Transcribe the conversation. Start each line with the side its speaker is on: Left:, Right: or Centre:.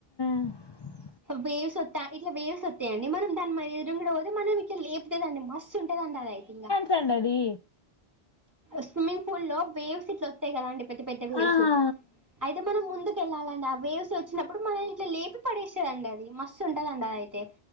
Left: <inaudible>
Right: వేవ్స్ వస్తా ఇట్లా వేవ్స్ వస్తాయండి మనం దాని ఎదురుగుండా పోతే మనం ఇట్లా లే ఉంటదండి మస్తు ఉంటదండి అది అయితే ఇంకా
Left: సండది
Right: స్విమ్మింగ్ ఫుల్ లో వేవ్స్ ఇట్లా వస్తాయి కదా అండి పెద్ద పెద్ద వేవ్స్
Left: ఆహా
Right: అయితే మనం ముందు వెళ్ళాలండి ఆ వేవ్స్ వచ్చినప్పుడు మనల్ని ఇట్లా లేపి పడేస్తదండి అది మస్తు ఉంటదండి అది అయితే